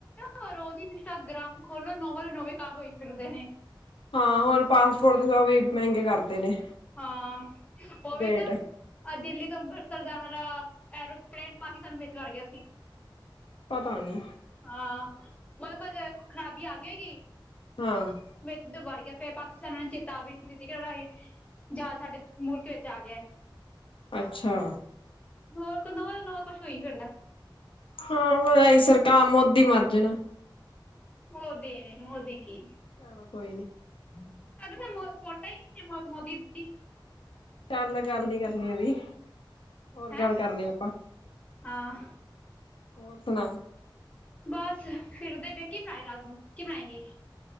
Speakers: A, on the left (about 15°); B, on the left (about 85°).
A: ਹੋ ਰੋਜ਼ ਹੀ ਇੰਸਟਾਗ੍ਰਾਮ ਖੋਲੋ ਨੋਵਲ ਨੋਵੇਂ ਈ ਫਿਰਦੇ ਨੇ,
B: ਹਾਂ ਹੁਣ ਪਾਸਪੋਰਟ ਸ ਵੀ ਮਹਿੰਗੇ ਕਰ ਤੇ ਨੇ,
A: ਹਾਂ ਹੋਵੇਗਾ,
B: ਰੇਟ
A: ਅ ਦਿੱਲੀ ਤੋਂ ਅੰਮ੍ਰਿਤਸਰ ਜਾਣ ਵਾਲਾ ਐਰੋਪਲੇਨ, ਪਾਕਿਸਤਾਨ ਵਿੱਚ ਵੜ ਗਿਆ ਸੀ।
B: ਪਤਾ ਨੀ,
A: ਹਾਂ ਮਤਲਬ ਕੁਝ ਖ਼ਰਾਬੀ ਆ ਗਈ।
B: ਹਾਂ,
A: ਵਿੱਚ ਵੜ ਗਿਆ ਫਿਰ ਪਾਕਿਸਤਾਨਾਂ, ਨੇ ਚੇਤਾ ਆਵੇ ਨੀ ਦਿੱਤੀ ਕਿ ਰਾਹੀਂ। ਜਾਂ ਸਾਡੇ ਮੁਲਕ ਵਿੱਚ ਆ ਗਿਆ।
B: ਅੱਛਾ
A: ਹੋਰ ਕੋਈ ਨਵਾਂ ਨਵਾਂ ਕੁਛ ਹੋ ਹੀ ਫਿਰਦਾ
B: ਹਾਂ ਮਈ ਸਰਕਾਰ ਮੋਦੀ ਮਰ ਜਾਣਾ
A: ਮੋਦੀ ਨੇ ਮੋਦੀ ਕੀ
B: ਚਲੋ ਕੋਈ ਨੀ
A: ਮੈਂ ਤੇ
B: ਹੋਰ
A: ਵੋਟਾਂ ਮੋਦੀ ਦੀ
B: ਚੱਲ ਗੱਲ ਨੀ ਕਰਨੀ ਅਭੀ। ਹੋਰ
A: ਹੈਂ
B: ਗੱਲ ਕਰਨੇ ਆਪਾਂ,
A: ਹਾਂ
B: ਹੋਰ ਸੁਣਾ ਔ?
A: ਬਸ, ਫਿਰਦੇ ਕੀ ਬਣਾਏ, ਰਾਤ ਨੂੰ ਕੀ ਬਣਾਏਂਗੀ।